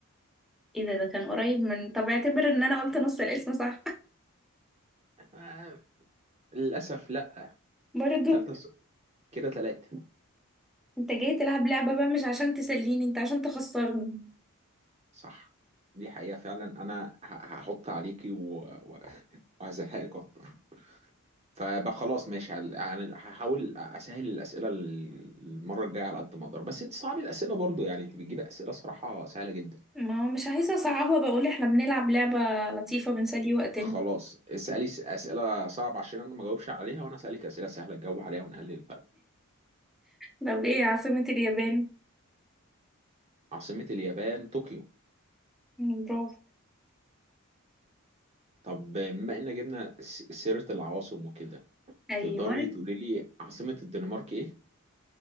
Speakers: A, in the centre; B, on the right.
A: إيه ده ده كان قريب من طب اعتبر إن أنا قلت نص الاسم صح
B: آه، للأسف لا
A: <laughs> برضو
B: تلاتة ص- كده تلاتة
A: أنت جاي تلعب لعبة بقى مش عشان تسليني أنت عشان تخسرني
B: صح دي حقيقة فعلا أنا ه- هحط عليكي و- و- وهزهقك أكتر فبقى خلاص ماشي هل- يعني هحاول أسهل الأسئلة ال- المرة الجاية على قد ما أقدر بس أنت صعب الأسئلة برضو يعني أنت بتجيبي أسئلة صراحة سهلة جدا
A: ما هو مش عايزة أصعبها بقول إحنا بنلعب لعبة لطيفة بنسلي وقتنا
B: خلاص اسألي س- أسئلة صعبة عشان أنا ما جاوبش عليها وأنا أسألك أسئلة سهلة تجاوب عليها ونقلل الفرق
A: طب إيه عاصمة اليابان
B: عاصمة اليابان طوكيو
A: مم، برافو
B: طب بما إن جبنا س- سيرة العواصم وكده
A: ايوه
B: تقدري تقولي لي عاصمة الدنمارك إيه؟